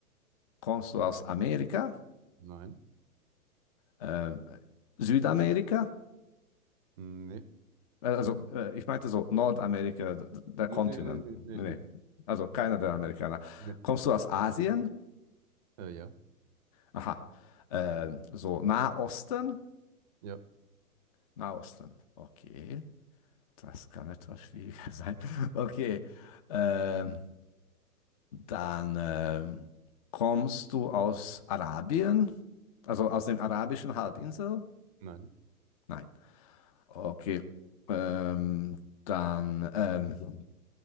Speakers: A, on the left (about 25°); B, on the right (about 25°).
A: Kommst du aus Amerika?
B: nein,
A: Äh, Südamerika?
B: nee.
A: Äh, Also äh, ich meinte so Nordamerika, d- der
B: Nee,
A: Kontinent.
B: nee, nee, nee, nee,
A: Nee,
B: nee.
A: nee. also keiner der Amerikaner.
B: nee.
A: Kommst du aus Asien?
B: Äh, ja,
A: Aha, äh, so Nahosten?
B: ja,
A: Nahosten. Okay, das kann etwas schwieriger <laughs> sein. Okay, ähm, dann ähm, kommst du aus Arabien, also aus den arabischen Halbinsel?
B: nein,
A: Nein. Okay, ähm, dann ähm,